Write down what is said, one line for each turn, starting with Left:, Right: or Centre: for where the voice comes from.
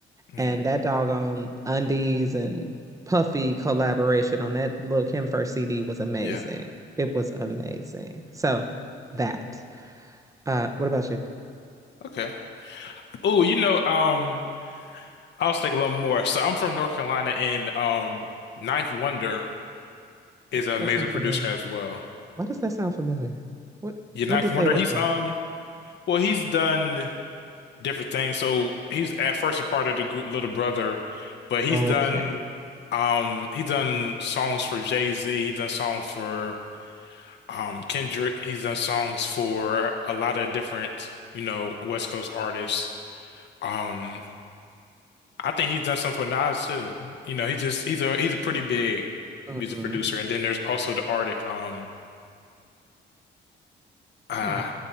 Left: Mm.
Right: And that doggone Undies and Puffy collaboration on that Lil Kim first CD was amazing.
Left: Yeah.
Right: It was amazing. So that. Uh, what about you?
Left: Okay. Oh, you know, um, I was thinking a little more. So I'm from North Carolina, and um, Ninth Wonder is
Right: Does
Left: an amazing
Right: That sound familiar.
Left: producer as well.
Right: Why does that sound familiar? What
Left: Yeah,
Right: what
Left: Ninth
Right: did
Left: Wonder.
Right: they work
Left: He's
Right: on?
Left: um, well, he's done different things. So he's at first a part of the group Little Brother, but he's
Right: Okay.
Left: done, um, he's done songs for Jay-Z. He's done songs for Um, Kendrick, he's done songs for a lot of different, you know, West Coast artists. Um, I think he's done some for Nas too. You know, he just he's a he's a pretty big
Right: Mm-hmm.
Left: music producer. And then there's also the Arctic. Um, uh,
Right: Mm-hmm.